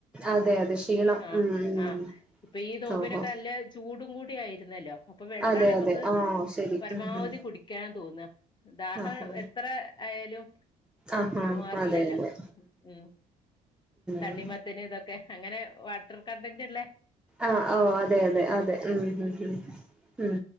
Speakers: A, in the centre; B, on the left (about 25°).
A: അതെ അതെ ക്ഷീണം
B: ആഹ്
A: ഉം
B: ആഹ്
A: ഉം
B: ഇപ്പൊ ഈ നോമ്പിനൊക്കെ
A: ഓഹോ
B: നല്ല ചൂടും കുടി ആയിരുന്നല്ലോ അപ്പൊ വെള്ളാണ്
A: അതെ
B: നമുക്ക്
A: അതെ ആഹ് ശരി
B: പരമാവധി
A: ഉം ഉം
B: കുടി കുട്ടിക്കാൻ തോന്ന ദാഹം
A: ആഹ്
B: എത്ര ആയാലും.
A: ആഹ് ആഹ്
B: മാറില്ലല്ലോ
A: അതെ അതെ
B: ഉം തണ്ണിമത്തന്
A: ഉം
B: ഇതൊക്കെ അങ്ങനെ വാട്ടർ കണ്ടന്റള്ള
A: ആഹ് ഓ അതെ അതെ
B: ഉം
A: അതെ ഉം ഉം